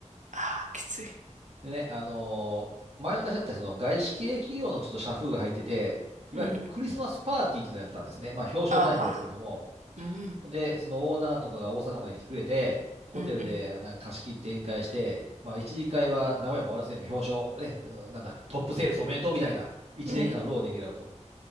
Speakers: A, on the right; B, on the right.
A: ああ、きつい。
B: でね、あのー前の会社ってその外資系企業のちょっと社風が入ってて、いわゆるクリスマスパーティーっていうのをやってたんですね。
A: うん。
B: まあ表彰を兼ねてですけども、
A: あーはは。うん。
B: ほんで、そのオーナーとかが大阪まで来てくれて、ホテルでなんか貸し切って宴会して、
A: うん。
B: まあ、一次会は和やか終わらせて、表彰、ね、あのなんだ、トップセールスおめでとうみたいな、1年間の労をねぎらうと。
A: うん。うん。